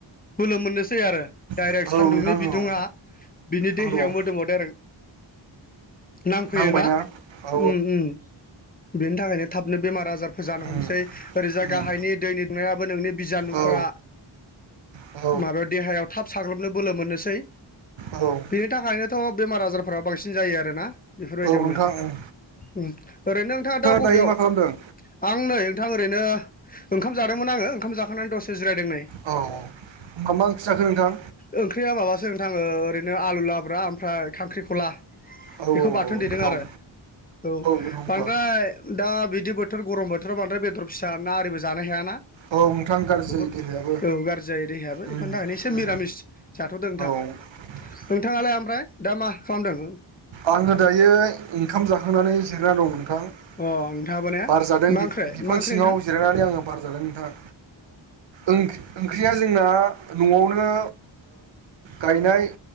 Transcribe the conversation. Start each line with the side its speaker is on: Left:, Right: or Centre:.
Left: बोलो मोननोसै आरो डाइरेक्ट
Right: औ
Left: सान्दुंनि
Right: नोंथां
Left: बिदुङा
Right: औ
Left: बिनि
Right: औ
Left: देहायाव मोदोमाव डायरेक नांफैयोना
Right: नांबायना औ
Left: उम उम बेनि थाखायनो थाबनो बेमार आजा रबो जानो
Right: उम
Left: हमनोसै ओरैजा
Right: उम
Left: गाहायनि दैनिदुनायाबो नोंनि बिजानुफोरा
Right: औ औ
Left: माबायाव देहायाव थाब साग्लोबनो बोलो मोननोसै
Right: औ
Left: बिनि थाखायनोथ' बेमार आजारफोरा बांसिन जायो आरोना बेफोरबायदियावनो
Right: नोंथां उम
Left: उम ओरैनो नोंथाङा दा बबेयाव?
Right: दायो मा खालामदों?
Left: आं नै नोंथां ओरैनो ओंखाम जादोंमोन आङो ओंखाम जाखांनानै दसे जिरायदों नै
Right: औ औ होमबा मा ओंख्रि जाखो नोंथां
Left: ओंख्रिया मा सो नोंथां ओ ओरैनो आलु लाब्रा ओमफ्राय खांख्रिखला। बेखौ
Right: औ
Left: बाथोन देदों
Right: गोथाव
Left: आरो औ
Right: गोथाव होमबा
Left: बांद्राय दा बिदि बो थोर गरम बोराव बांद्राय बेदर फिसा ना आरिबो जानो हायाना।
Right: औ नोंथां गाज्रि
Left: बुहुद
Right: जायो देहायाबो
Left: गाज्रि जायो देहायाबो बेफोरनि
Right: उम
Left: थाखायनो एसे
Right: उम
Left: निरामिस जाथ'दों नोंथां।
Right: औ <inaudible>
Left: नोंथाङालाय ओमफ्राय दा मा खालामदों?
Right: आङो दायो ओंखाम जाखांनानै जिरना दंमोन। नोंथां
Left: अ नोंथाङाबो ने
Right: बार जादों
Left: मा
Right: बिफां
Left: ओंख्रि मा ओंख्रि
Right: सिङाव
Left: नोंथां
Right: जिरायनानै आङो बारजादों ओंख्रिया जोंना। न'आवनो गायनाय।